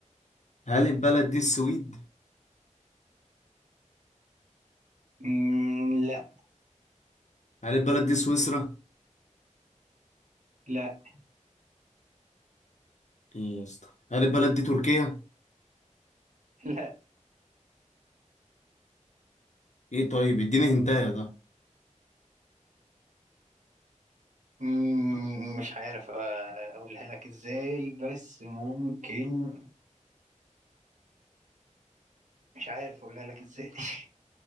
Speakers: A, on the left; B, on the right.
A: هل البلد دي السويد
B: مم، لا
A: هل البلد دي سويسرا
B: لا
A: إيه يا اسطى هل البلد دي تركيا
B: لا
A: إيه طيب اديني هنتايا ده
B: مم، مش عارف آه، أقولها لك إزاي بس ممكن مش عارف أقولها لك إزاي <laughs>